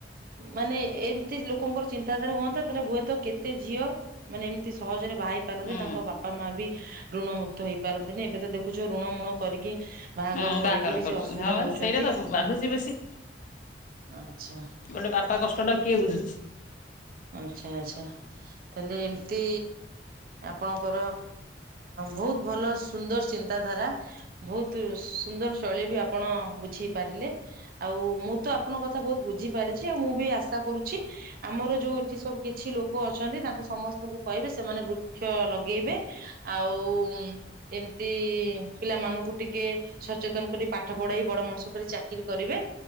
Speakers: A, on the right (about 55°); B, on the left (about 45°).
A: ମାନେ ଏମିତି ଲୋକଙ୍କର ଚିନ୍ତାଧାରା ହୁଅନ୍ତା ତାହେଲେ ହୁଏତ କେତେ ଝିଅ ମାନେ ଏମିତି ସହଜରେ ବାହା ପାରନ୍ତି
B: ହୁଁ
A: ତାଙ୍କ ବାପା ମା ବି ଋଣ ମୁକ୍ତ ମୁକ୍ତ ହେଇପାରନ୍ତିନି ଏବେ ତ ଦେଖୁଚ ଋଣ ମୂଣ କରିକି
B: ଅଁ ବାହାଘର
A: କରିକି ବି
B: କରୁଚନ୍ତି
A: ସେ ଅସୁବିଧା
B: ହଁ ପା
A: ହଉଛନ୍ତି।
B: ସେଇଟା ତ ବାଧୁଚି ବେଶୀ।
A: ଆଚ୍ଛା
B: ଗୋଟେ ବାପା କଷ୍ଟ ଟାକୁ କିଏ ବୁଝୁଚି।
A: ଆଛା ଆଛା। ତାହେଲେ ଏମିତି ଆପଣଙ୍କର ବୋହୁତ ଭଲ ସୁନ୍ଦର ଚିନ୍ତାଧାରା ବୋହୁତ ସୁନ୍ଦର ଶୈଳୀ ବି ଆପଣ ବୁଝି ପାରିଲେ ଆଉ ମୁଁ ତ ଆପଣଙ୍କ କଥା ବୋହୁତ ବୁଝି ପାରିଚି ଆଉ ମୁଁ ବି ଆଶା କରୁଚି ଆମର ଯୋଉ ଏଠି ସବୁ କିଛି ଲୋକ ଅଛନ୍ତି ତାଙ୍କୁ ସମସ୍ତଙ୍କୁ କହିବେ ସେମାନେ ବୃ ଲଗେଇବେ, ଆଉ ଏମ୍ତି ପିଲାମାନଙ୍କୁ ଟିକେ ସଚେତନ୍‌ କରି, ପାଠ ପଢ଼େଇ, ବଡ଼ ମଣିଷ କରି ଚାକିରି କରିବେ।